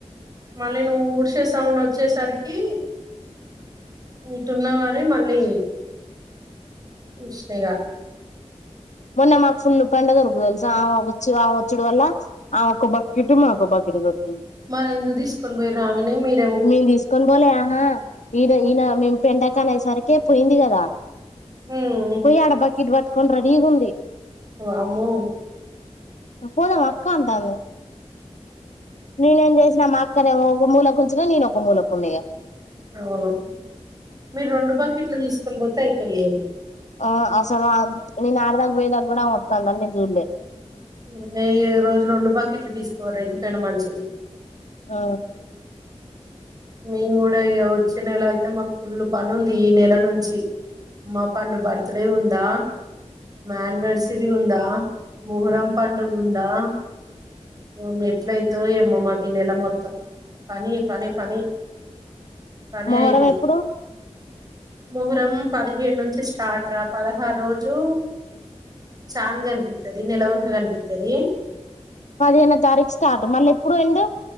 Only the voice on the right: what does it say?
మళ్ళీ నువ్వు ఊడ్సే సౌండ్ వచ్చేసరికి ఇటున్నా కాని మళ్ళీ చూసిన గా
మరెందుకు తీసుకొని పోయి నా ఆమెని మీర్
ఉమ్
వామ్మో
అవును మీరు రెండు బకెట్లు తీసుకొని పోతే అయిపోయేది
మ్మ్ రోజు రెండు బకెట్లు తీసుకోవాలి ఎందుకైనా మంచిది
మేము కూడా ఇక వచ్చే నెల అయితే మాకు ఫుల్ పని ఉంది ఈ నెల నుంచి మా పండు బర్త్డే ఉందా మా యానివర్సరీ ఉందా ముహరం పండుగ ఉందా మ్మ్ ఎట్లయిద్దో ఏమో మాకు ఈ నెల మొత్తం పని పని పని పనే
అయిద్ది
మొహరం మ్మ్ పదిహేడు నుంచి స్టార్ట్ రా పదహారు రోజు చాంద్ కనిపిత్తది నిలవంక కనిపిత్తది